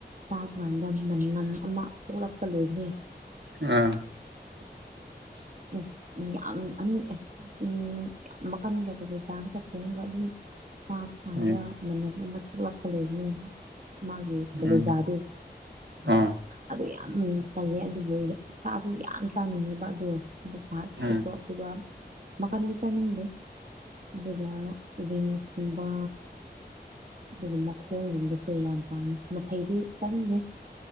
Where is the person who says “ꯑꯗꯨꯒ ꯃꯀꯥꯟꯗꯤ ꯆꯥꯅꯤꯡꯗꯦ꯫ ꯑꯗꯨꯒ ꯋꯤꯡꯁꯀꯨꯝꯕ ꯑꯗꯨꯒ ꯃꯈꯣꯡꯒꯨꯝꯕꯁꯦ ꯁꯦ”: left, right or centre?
Right